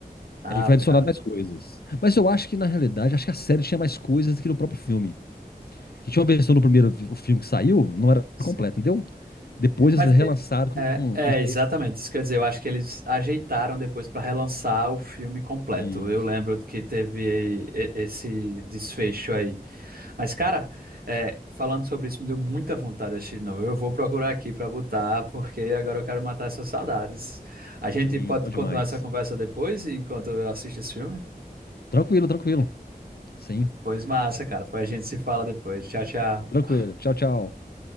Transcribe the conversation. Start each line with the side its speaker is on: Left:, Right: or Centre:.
Right: Ah,
Left: E aí foi adicionado
Right: cara.
Left: mais coisas. Mas eu acho que, na realidade, acho que a série tinha mais coisas do que no próprio filme. Que tinha uma versão do primeiro vi- o filme que saiu, não era
Right: Sim.
Left: completo, entendeu? Depois
Right: Mas
Left: eles relançaram
Right: é,
Left: com,
Right: é, é,
Left: com uns
Right: exatamente
Left: extras.
Right: isso. Quer dizer, eu acho que eles ajeitaram depois para relançar o filme completo.
Left: e-
Right: Eu lembro que teve e- esse desfecho aí. Mas, cara, é, falando sobre isso, me deu muita vontade de assistir de novo. Eu vou procurar aqui para botar, porque agora eu quero matar essas saudades. A gente
Left: Sim,
Right: pode
Left: bom
Right: continuar
Left: demais.
Right: essa conversa depois, enquanto eu assisto esse filme?
Left: Tranquilo, tranquilo. Sim,
Right: Pois massa, cara. Foi a gente se fala depois. Tchau, tchau.
Left: tranquilo. Tchau, tchau.